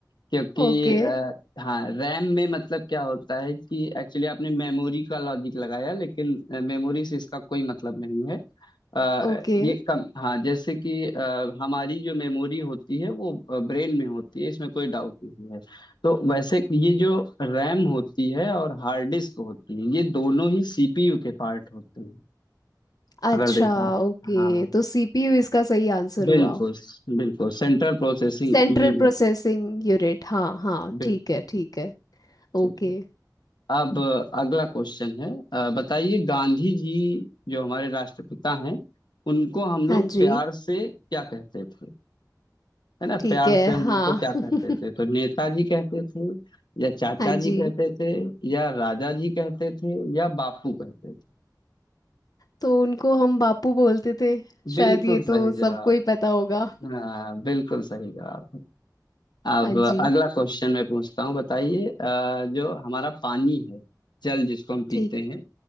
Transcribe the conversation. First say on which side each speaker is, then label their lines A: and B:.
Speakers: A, on the left; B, on the left.
A: क्योंकि
B: ओके
A: आ, हाँ रैम में मतलब क्या होता है कि एक्चुअली आपने मेमोरी का लॉजिक लगाया लेकिन मेमोरी से इसका कोई मतलब नहीं है अ,
B: ओके
A: ये कम हाँ जैसे कि अ, हमारी जो मेमोरी होती है वो ब्रेन में होती है इसमें कोई डाउट नहीं है तो वैसे ये जो रैम होती है और हार्ड डिस्क होती है ये दोनों ही सीपीयू के पार्ट होते हैं
B: अच्छा
A: अगर देखा
B: ओके
A: हाँ
B: तो सीपीयू इसका सही आंसर
A: बिल्कुल
B: हुआ
A: बिल्कुल सेंट्रल प्रोसेसिंग
B: सेंट्रल
A: यूनिट
B: प्रोसेसिंग यूनिट हाँ हाँ
A: बिल्कुल
B: ठीक है ठीक है ओके
A: ठीक है अब अगला क्वेश्चन है अ, बताइए गांधी जी जो हमारे राष्ट्रपिता हैं उनको हम
B: हाँ
A: लोग
B: जी
A: प्यार से क्या कहते थे है ना
B: ठीक
A: प्यार
B: है
A: से हम
B: हाँ
A: उनको क्या कहते
B: <laughs>
A: थे तो नेताजी कहते थे या चाचा
B: हाँ जी
A: जी कहते थे या राजा जी कहते थे या बापू कहते थे
B: तो उनको हम बापू बोलते थे
A: बिल्कुल
B: शायद ये
A: सही
B: तो सबको
A: जवाब
B: ही पता होगा
A: हाँ बिल्कुल सही जवाब अब
B: हाँ जी
A: अगला क्वेश्चन मैं पूछता हूँ बताइए अ, जो हमारा पानी है जल जिसको हम पीते
B: ठीक
A: हैं